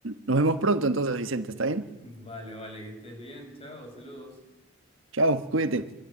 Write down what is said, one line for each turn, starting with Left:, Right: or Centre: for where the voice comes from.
Right: nos vemos pronto entonces, Vicente, ¿está bien?
Left: Vale, vale, que estés bien, chao, saludos.
Right: Chao, cuídate.